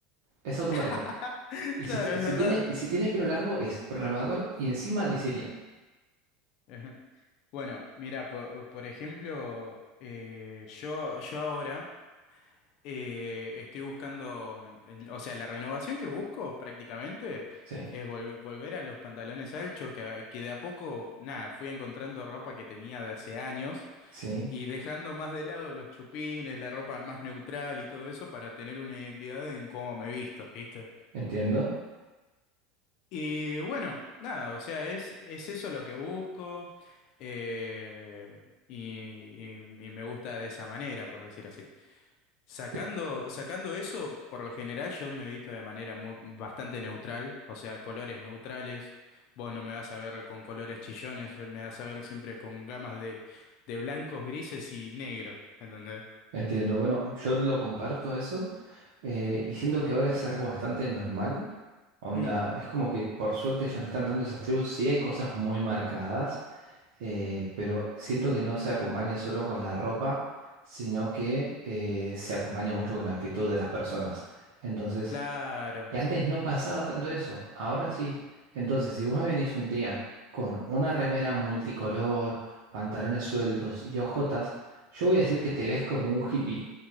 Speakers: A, on the right; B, on the left.
A: Es automático.
B: <laughs>
A: Y
B: Claro,
A: si, te-
B: es
A: si
B: verdad.
A: tiene, si tiene pelo largo, es programador y encima diseña.
B: <laughs> Ajá. Bueno, mira, po- por, ejemplo, eh, yo, yo ahora eh, estoy buscando, mm, el- o sea, la renovación que busco prácticamente
A: Sí,
B: es vol- volver a los pantalones anchos, que, a- que de a poco, nada, fui encontrando ropa que tenía de hace años
A: sí,
B: y dejando más de lado los chupines, la ropa más neutral y todo eso para tener una identidad en cómo me visto, ¿viste?
A: entiendo.
B: Y bueno, nada, o sea, es, es eso lo que busco eh, y, y- y me gusta de esa manera, por decir así. Sacando,
A: Te-
B: sacando eso, por lo general yo me he visto de manera mu- bastante neutral, o sea, colores neutrales. Vos no me vas a ver con colores chillones, yo me vas a ver siempre con gamas de, de blancos, grises y negros, ¿entendés?
A: Entiendo. Bueno, yo lo comparto a eso eh, y siento que ahora es algo bastante normal. Onda,
B: Mm,
A: es como que por suerte ya no están tanto esas tribus. Sí hay cosas muy marcadas, eh, pero siento que no se acompaña solo con la ropa, sino que eh, se acompaña mucho con la actitud de las personas. Entonces,
B: claro,
A: Que antes no pasaba tanto eso, ahora sí. Entonces, si vos me venís un día con una remera multicolor, pantalones sueltos y ojotas, yo voy a decir que te ves como un hippie,